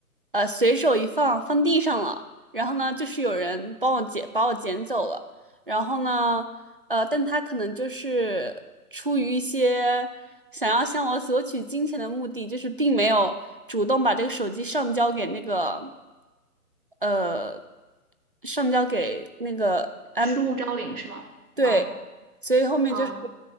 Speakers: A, on the right; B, on the right.
A: 呃，随手一放，放地上了。然后呢，就是有人帮我捡，把我捡走了。然后呢，呃，但他可能就是出于一些想要向我索取金钱的目的，就是并没有主动把这个手机上交给那个，呃，上交给那个安。
B: 失物招领是吗？
A: 对，
B: 啊
A: 所以后面就是，
B: 啊